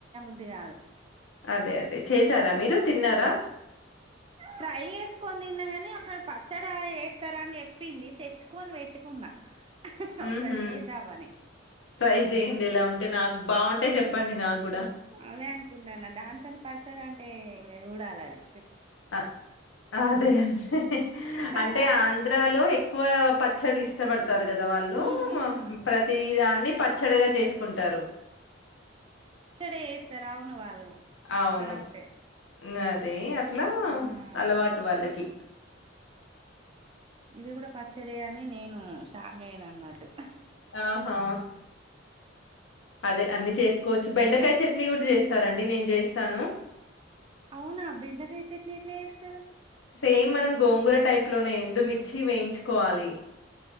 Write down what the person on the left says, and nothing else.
అదే అదే చేసారా మీరు తిన్నారా
ఉహూ,
ట్రై చెయండి ఇలా ఉంటే నాకు బాగుంటే చెప్పండి నాకు కూడా
ఆ అదే, అదే
అంటే ఆంధ్రాలో ఎక్కువ పచ్చడులు ఇష్టపడతారు కదా వాళ్ళు
ప్రతి దాన్ని పచ్చడిగా చేసుకుంటారు
అవును
అ అదే అట్లా
అలవాటు వాళ్ళకి
అహహా అదే అన్ని చేసుకోవచ్చు బెండకాయ చట్నీ కూడా చేస్తారంండి నేను చేస్తాను
సేమ్ మనం గోంగూర టైప్ లోనే ఎండుమిర్చి వేయించుకోవాలి